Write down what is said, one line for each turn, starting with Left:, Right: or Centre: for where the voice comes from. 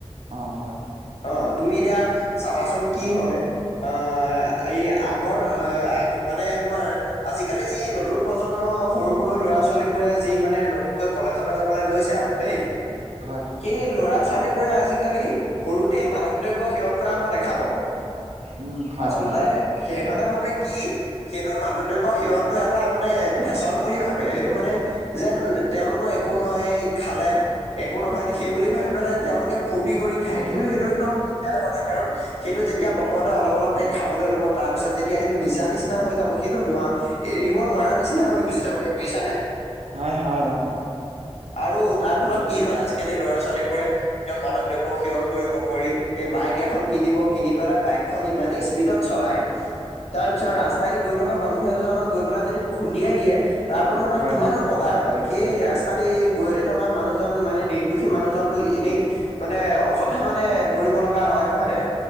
Right: অ', হয়
Left: অ তুমি এতিয়া চাবাচোন কি হয় অ এই আগৰ অ আগ মানে তোমাৰ আজিকালি যি নতুন প্ৰজন্ম সৰু সৰু ল'ৰা ছোৱালী বোৰে যি মানে নতুনকৈ কলেজলৈ যাবলৈ লৈছে আৰু দেই
Right: হয়
Left: এই ল'ৰা ছোৱালীবোৰে আজিকালি সৰুতেই মাদক দ্ৰব্য সেৱন কৰা মই দেখা পাওঁ
Right: উম হয়
Left: আচলতে
Right: হয় অ',
Left: সিহঁতে ভাবে কি সেইটো মাদক দ্ৰব্য সেৱনটো এটা মানে ফেশ্বন বুলি ভাবে সেইটো মানে যেন তেওঁলোকৰ একো নহয় খালে একো নহয় দেখি বুলি ভাবি পেলাই তেওঁলোকে ফূৰ্তি কৰি খায়। কিন্তু সেইটো একদম বহুত বেয়া কথা কাৰণ সেইটো যেতিয়া প্ৰথমতে অলপ অলপকে খাবলে ল'ব তাৰ পিছত যেতিয়া সেইটো নিচা নিচিনা হৈ যাব সেইটো নোৱা- এৰিব নোৱাৰা নিচিনা হৈ গুচি যাব হৈ গুচি যাবগে বুজিছা নে
Right: হয় হয় অ।
Left: আৰু তাৰ ফলত কি হয় আজিকালি ল'ৰা ছোৱালীবোৰে একদম মাধক দ্ৰব্য সেৱন কৰিব কৰি এই বাইক এখন কিনিব, কিনি পেলাই বাইকখন ইমানেই স্পীডত চলায়। তাৰ পিছত ৰাস্তাইদি গৈ থকা মানুহ এজনক গৈ পেলাই যদি খুন্দিয়াই দিয়ে। তাৰ ফলত আমাৰ
Right: হয়
Left: কিমান অপকাৰ হয়। সেই ৰাস্তাতে গৈ থকা মানুহজন মানে নিৰ্দোষী মানুহজনটো এনেই মানে অযথা মানে মৰিব লগা হয়, হয়নে?